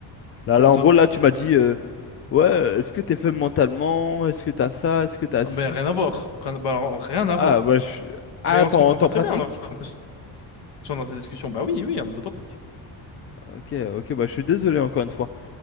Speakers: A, on the left; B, on the left.
A: Là,
B: Comment
A: là,
B: ça?
A: en gros, là, tu m'as dit, euh, ouais, euh, est-ce que t'es faible mentalement? Est-ce que t'as ça? Est-ce que t'as
B: Ah,
A: ci?
B: Ben, rien à voir. Rien, bah, alors, rien
A: Ah,
B: à voir.
A: bah, je... Ah,
B: Mais on
A: t'en,
B: se comprend
A: t'en
B: pas très
A: pratiques?
B: bien, on a l'impression, dans ces discussions. Bah oui, oui, un autopratique.
A: Ok, ok, bah, je suis désolé encore une fois.